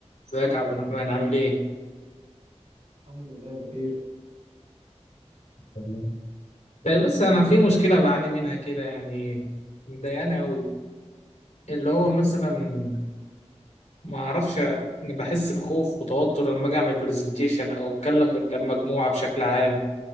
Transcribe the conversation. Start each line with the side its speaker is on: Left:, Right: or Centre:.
Left: ازيك يا عبد الرحمن عامل ايه؟
Right: الحمد لله بخير
Left: تمام. طيب بص انا في مشكله بعاني منها كده يعني مضايقاني قوي اللي هو مثلا ما اعرفش بحس بخوف وتوتر لما اجي اعمل برزنتيشن او اتكلم قدام مجموعه بشكل عام